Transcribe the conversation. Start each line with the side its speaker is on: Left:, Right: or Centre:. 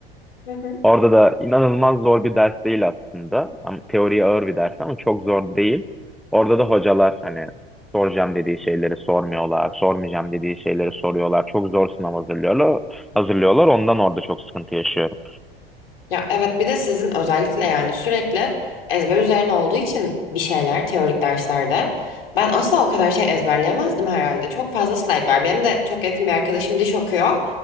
Left: hı hı.
Centre: Orada da inanılmaz zor bir ders değil aslında. Ama teoriye ağır bir ders ama çok zor değil. Orada da hocalar hani soracağım dediği şeyleri sormuyorlar, sormayacağım dediği şeyleri soruyorlar. Çok zor sınav hazırlıyorlar. Hazırlıyorlar. Ondan orada çok sıkıntı yaşıyorum.
Left: Ya evet bir de sizin özellikle yani sürekli ezber üzerine olduğu için bir şeyler teorik derslerde. Ben asla o kadar şey ezberleyemezdim herhalde. Çok fazla slide var. Benim de çok yakın bir arkadaşım diş okuyor.